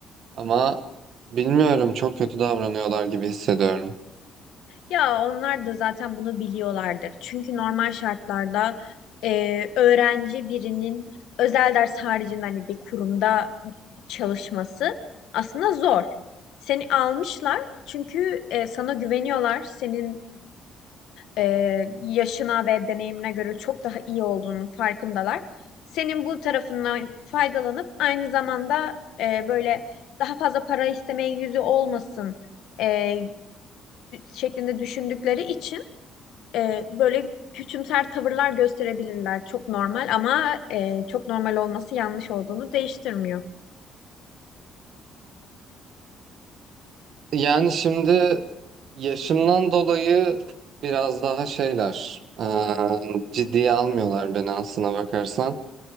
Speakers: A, on the right (about 60°); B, on the left (about 80°).
A: Ama bilmiyorum çok kötü davranıyorlar gibi hissediyorum.
B: Ya onlar da zaten bunu biliyorlardır. Çünkü normal şartlarda e, öğrenci birinin özel ders haricinde hani bir kurumda çalışması aslında zor. Seni almışlar çünkü e, sana güveniyorlar. Senin e, yaşına ve deneyimine göre çok daha iyi olduğunun farkındalar. Senin bu tarafından faydalanıp aynı zamanda e, böyle daha fazla para istemeye yüzü olmasın e, şeklinde düşündükleri için e, böyle küçümser tavırlar gösterebilirler. Çok normal ama e, çok normal olması yanlış olduğunu değiştirmiyor.
A: Yani şimdi yaşımdan dolayı biraz daha şeyler eee, ciddiye almıyorlar beni aslına bakarsan.